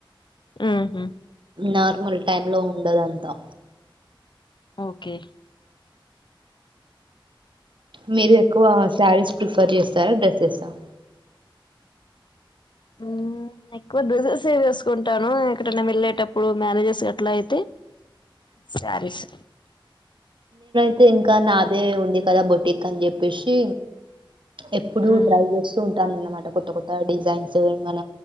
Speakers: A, on the left (about 60°); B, on the right (about 65°).
A: మ్మ్ హ్మ్
B: నార్మల్ టైం లో ఉండదంతా.
A: ఓకే
B: మీరు ఎక్కువ శారీస్ ప్రిఫర్ చేస్తా సరా డ్రెసెస్ ఆ
A: ఉం ఎక్కువ డ్రెసెస్ ఏ వేసుకుంటాను ఎక్కడన వెళ్ళేటప్పుడు మ్యారేజెస్ అట్లా అయితే సారీస్
B: అ ఇంకా నాదే ఉంది కదా బొటిక్ అని చెప్పేసి. ఎప్పుడు
A: మ్మ్
B: ట్రై చేస్తూ ఉంటానన్న అన్నమాట. కొత్త కొత్త డిజైన్స్ మన